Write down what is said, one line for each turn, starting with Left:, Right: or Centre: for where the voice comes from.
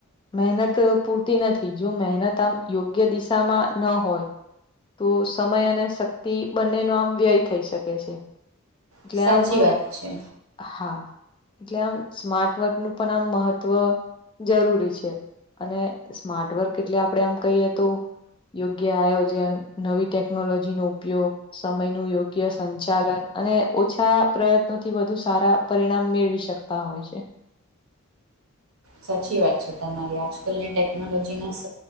Left: મહેનત પૂરતી નથી જો મહેનત આમ યોગ્ય દિશામાં ન હોય તો સમય અને શક્તિ બંને નો આમ વ્યય થઈ શકે છે ટલે
Right: સાચી
Left: આમ
Right: વાત છે
Left: હા એટલે આમ સ્માર્ટ વર્ક નું પણ આમ મહત્વ જરૂરી છે અને સ્માર્ટ વર્ક એટલે આપડે એમ કહીએ તો યોગ્ય આયોજન નવી ટેકનોલોજી નો ઉપયોગ સમય નું યોગ્ય સંચાલન અને ઓછા પ્રયત્નોથી વધુ સારા પરિણામ મેળવી શક તા હોય છે
Right: સાચી વાત છે તમારી આજકાલની ટેકનોલોજીમાં સ